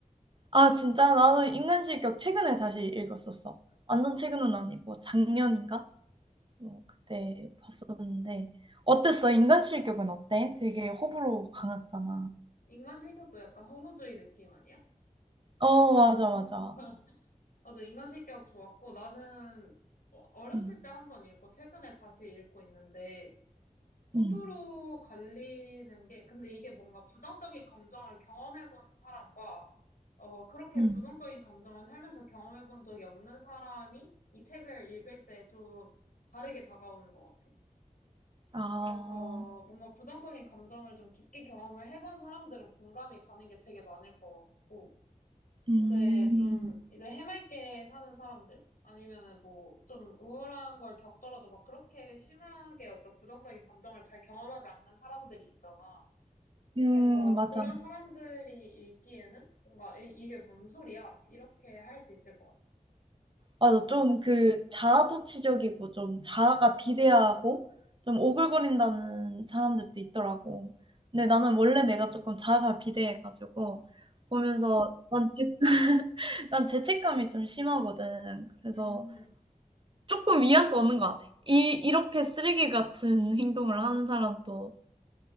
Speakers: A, on the right (about 35°); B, on the left (about 75°).
A: 아 진짜? 나는 인간실격 최근에 다시 읽었었어. 완전 최근은 아니고 작년인가? 어 그때 봤었는데 어땠어? 인간 실격은 어때? 되게 호불호 강하잖아.
B: 인간 실격도 약간 허무주의 느낌 아니야?
A: 어 맞아,
B: <laughs>
A: 맞아.
B: 맞아, 인간 실격 좋았고, 나는 어- 어렸을
A: 음.
B: 때 한 번 읽고, 최근에 다시 읽고 있는데, 호불호
A: 음.
B: 갈리는 게, 근데 이게 뭔가 부정적인 감정을 경험해본 사람과 어, 그렇게
A: 음.
B: 부정적인 감정을 살면서 경험해 본 적이 없는 사람이 이 책을 읽을 때 좀 다르게 다가오는 것 같아.
A: 아.
B: 그래서 뭔가 부정적인 감정을 좀 깊게 경험을 해본 사람들은 공감이 가는 게 되게 많을 것 같고.
A: 음.
B: 근데 좀 이제 해맑게 사는 사람들? 아니면은 뭐 좀 우울한 걸 겪더라도 막 그렇게 심하게 어떤 부정적인 감정을 잘 경험하지 않는 사람들이 있잖아.
A: 음
B: 그래서
A: 맞아.
B: 그런 사람들이 읽기에는 뭔가 이, 이게 뭔 소리야? 이렇게 할 수 있을 것 같아.
A: 맞아. 좀 그 자아도취적이고 좀 자아가 비대하고 좀 오글거린다는 사람들도 있더라고. 근데 나는 원래 내가 조금 자아가 비대해 가지고 보면서 난 죄 <laughs> 난 죄책감이 좀 심하거든. 그래서
B: 음,
A: 조금 위안도 얻는 것 같아. 이 이렇게 쓰레기 같은 행동을 하는 사람도